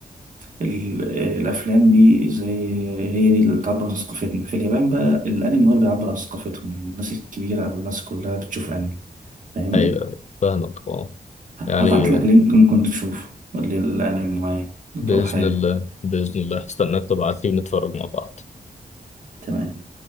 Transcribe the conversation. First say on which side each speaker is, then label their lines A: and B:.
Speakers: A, on the right; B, on the left.
A: ال الأفلام دي زي هي دي اللي بتعبر عن ثقافتنا في اليابان بقى الأنمي هو اللي بيعبر عن ثقافتهم يعني الناس الكبيرة أو الناس كلها بتشوف أنمي فاهمني؟
B: ايوه أيوة، فاهمك اه يعني
A: هبعت لك لينك ممكن تشوفه للأنمي معين لو
B: باذن
A: حابب
B: الله باذن الله استناك تبعت لي ونتفرج مع بعض
A: تمام